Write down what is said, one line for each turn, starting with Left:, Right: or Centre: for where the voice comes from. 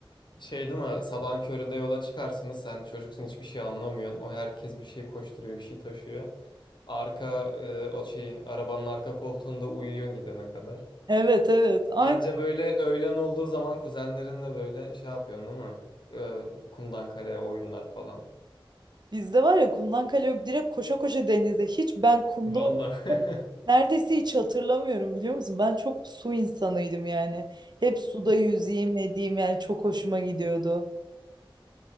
Left: Şey değil mi? Sabahın köründe yola çıkarsınız. Sen çocuksun hiçbir şey anlamıyorsun. O herkes bir şey koşturuyor, bir şey taşıyor. Arka e, o şey arabanın arka koltuğunda uyuyorsun gidene kadar.
Right: Evet evet. Aynı
Left: Anca böyle öğlen olduğu zaman kuzenlerinle böyle şey yapıyorsun değil mi? E, kumdan kaleye oyunlar falan.
Right: bizde var ya kumdan kale yok. Direkt koşa koşa denize. Hiç ben kumda
Left: Valla.
Right: oynadım.
Left: <laughs>
Right: Neredeyse hiç hatırlamıyorum biliyor musun? Ben çok su insanıydım yani. Hep suda yüzeyim edeyim yani çok hoşuma gidiyordu.